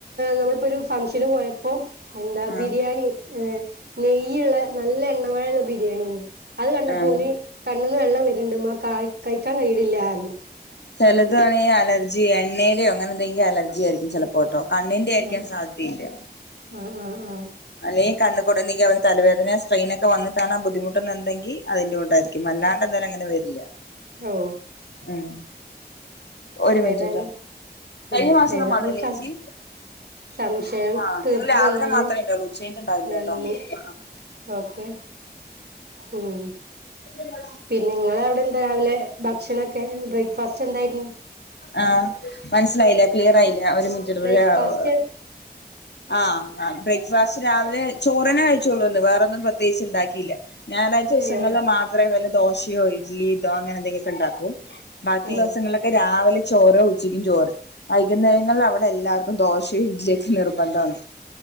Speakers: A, on the right; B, on the left.
A: നമ്മളിപ്പോ ഒരു ഫംഗ്ഷന് പോയ പ്പൊ എന്താ
B: ആഹ്
A: ബിരിയാണി നെയ്യുള്ള നല്ല എണ്ണമയള്ള ബിരിയാണി അത് കണ്ടപ്പോന്
B: ആഹ്
A: കണ്ണന്ന് വെള്ളം വരണ്ട് ക കഴിക്കാൻ കയിണില്ലന്ന്
B: ചെലത് ആണെങ്കി അലർജി എണ്ണയുടെ അങ്ങനെ എന്തെങ്കിലും അലർജി ആയിരിക്കും ചിലപ്പോ ഫോട്ടോ കണ്ണിന്റെ ആയിരിക്കാൻ
A: ആഹ്
B: സാധ്യതയില്ല
A: ആഹ് ആഹ് ആഹ്
B: അല്ലെങ്കി കണ്ണികൂടെ ഒന്നെങ്കിൽ അവന് തലവേദന സ്ട്രെയിനൊക്കെ വന്നിട്ടാണ് ആ ബുദ്ധിമുട്ടുണ്ടെങ്കി അതിന്റെ കൊണ്ടായിരിക്കും അല്ല തെ അങ്ങനെ വരില്ല
A: ഓ
B: ഉം ഒരു മിനിറ്റ്
A: ഏതായാലും
B: കേട്ടോ കഴിഞ്ഞ
A: ഉം
B: മാസം ഒന്നും
A: ഏതായാലും
B: വന്നി ലേച്ചി
A: സം സംശയം
B: ആ
A: തീർത്ത്
B: നിങ്ങള്ൾ ലാവലെ
A: തന്നതിന്
B: മാത്രമേ ഉണ്ടാവുള്ളൂ ചെയ്ഞ്ച്ണ്ടാവില്ലട്ടോ
A: നന്ദി
B: അ അ
A: ഓക്കെ ഉം
B: എന്തൊരു മഴ
A: പിന്നെ നിങ്ങള് അവിടെ എന്താ രാവിലെ ഭക്ഷണൊക്കെ ബ്രേക്ക്ഫാസ്റ്റ് എന്തായിരുന്നു
B: ആഹ് മനസിലായില്ല ക്ലിയർ ആയില്ല ഒരു മിനിറ്റ് ഇവ
A: ബ്രേക്ക്ഫാസ്റ്റ്
B: രാവോ ആഹ് ആ ബ്രേക്ക്ഫാസ്റ്റ് രാവിലെ ചോറിനെ കഴിച്ചോള്ളൂന്ന് വേറൊന്നും പ്രത്യേകിച്ച് ഇണ്ടാക്കിയില്ല ഞായറാഴ്ച ദിവസങ്ങളിൽ
A: ഇല്ലയോ
B: മാത്രേ വല്ല ദോശയോ ഇഡ്ലി ഇതോ അങ്ങനെ എന്തെങ്കിലുമൊക്കെ ഉണ്ടാക്കും ബാക്കിയുള്ള
A: ഓ
B: ദിവസങ്ങളിലൊക്കെ രാവിലെ ചോറ് ഉച്ചക്കും ചോറ് വൈകുന്നേരങ്ങളിൽ അവിടെ എല്ലാവർക്കും ദോശ ഇഡലി ഒക്കെ നിർബന്ധമാണ്